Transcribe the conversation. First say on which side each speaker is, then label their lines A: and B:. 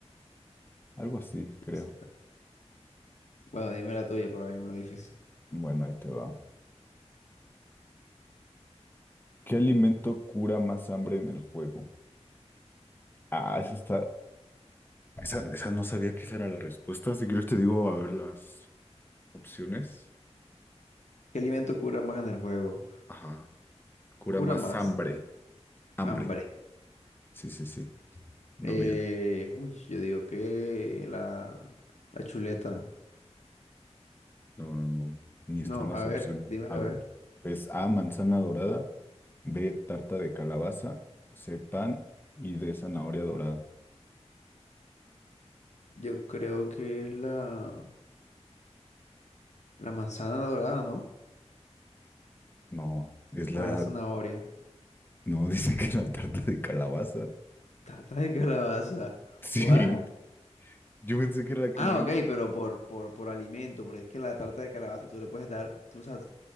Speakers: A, on the left; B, on the left.
A: Algo así, creo.
B: Sí. Bueno, dime la tuya para ver una difícil.
A: Bueno, ahí te va. ¿Qué alimento cura más hambre en el juego? Ah, esa está... Esa, esa no sabía que esa era la respuesta. Si quieres te digo, a ver, las opciones.
B: ¿Qué alimento cura más en el juego?
A: Ajá. Cura
B: Cura
A: más
B: más,
A: hambre. Hambre.
B: hambre.
A: Sí, sí, sí. No
B: Eh,
A: vida.
B: uy, yo digo que la, la chuleta.
A: No, no, no. Ni
B: No,
A: están las
B: a
A: opciones.
B: ver, dímelo
A: A ver.
B: a ver.
A: Es A, manzana dorada. B, tarta de calabaza. C, pan. Y D, zanahoria dorada.
B: Yo creo que es la, la manzana dorada, ¿no?
A: No, es la...
B: O es la zanahoria.
A: No, <laughs> dice que la tarta de calabaza. <laughs>
B: Tarta de calabaza.
A: Sí,
B: What?
A: yo pensé que era la que
B: Ah,
A: me
B: ok,
A: dieron.
B: pero por, por, por alimento, porque es que la tarta de calabaza tú le puedes dar, tú sabes,